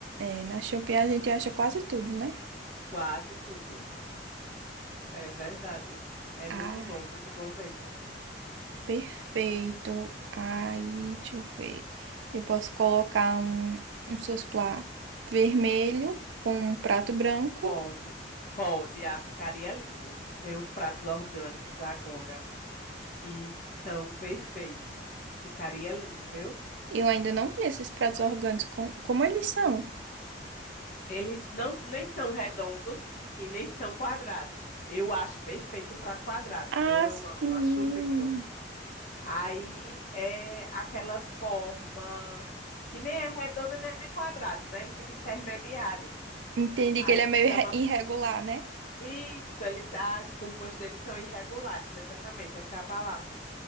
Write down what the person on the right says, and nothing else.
É, na Shopee a gente acha quase tudo, né?
Ah,
perfeito. Aí, deixa eu ver. Eu posso colocar um, um susplá vermelho com um prato branco.
Eu ainda não vi esses pratos orgânicos, com- como eles são?
Ah,
sim.
Entendi
que ele
é meio
irre- irregular, né?